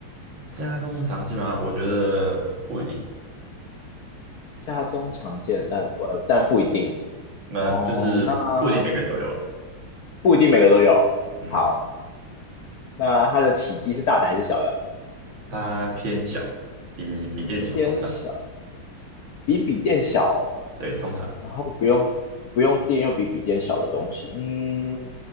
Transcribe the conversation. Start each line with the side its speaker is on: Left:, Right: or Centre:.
Right: 家中常见吗？我觉得不一定，
Left: 家中常见，但不呃但不一定
Right: 那就是不一定每个人都有啊。
Left: 哦。那不一定每个都有。
Right: 嗯，
Left: 好，那它的体积是大的还是小的？
Right: 它偏小，比比电小，
Left: 偏小，
Right: 通常，
Left: 比笔电小，
Right: 对，通常，
Left: 然后不用不用电又比笔电小的东西。嗯，